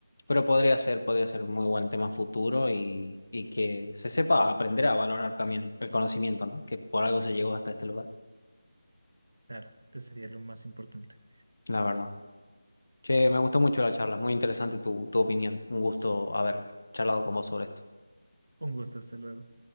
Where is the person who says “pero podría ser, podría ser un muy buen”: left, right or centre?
Left